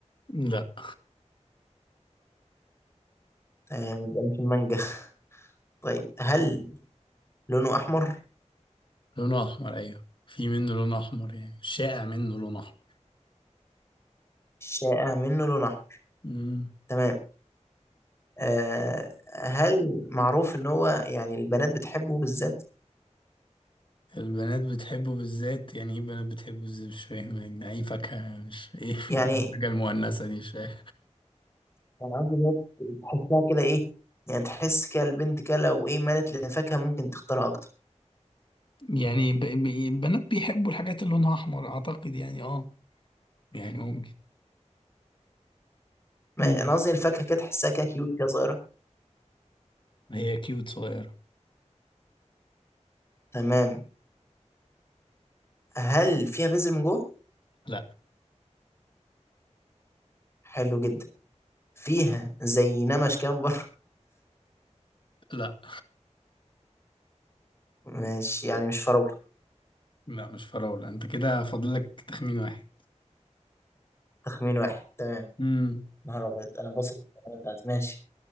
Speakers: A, on the left (about 45°); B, on the left (about 20°).
A: لا
B: تمام يبقى مش المانجا <laughs> طيب هل لونه أحمر؟
A: لونه احمر ايوه في منه لون احمر يعني شائع منه لون احمر
B: الشائع منه لون أحمر
A: امم
B: تمام آه هل معروف إن هو يعني البنات بتحبه بالذات؟
A: البنات بتحبه بالذات يعني ايه البنات بتحبه بالذات مش فاهم يعني اي فاكهة مش ايه
B: يعني
A: <laughs> إيه الحاجة المؤنثة دي مش فاهم
B: الألعاب اللي هي تحسها كده إيه يعني تحس كده البنت كده لو إيه مالت للفاكهة ممكن تختارها أكتر
A: يعني ب- ب- البنات بيحبوا الحاجات اللي لونها احمر اعتقد يعني اه يعني ممكن
B: ما-
A: مم.
B: أنا قصدي الفاكهة كده تحسها كده كيوت كده صغيرة
A: هي كيوت صغيرة
B: تمام هل فيها بذر من جوه؟
A: لا
B: حلو جدا فيها زي نمش كده من بره
A: لا
B: مش يعني مش فراولة
A: لا مش فراولة انت كده فاضلك تخمين واحد
B: تخمين واحد تمام
A: امم
B: نهار أبيض أنا بصل بتاعتي ماشي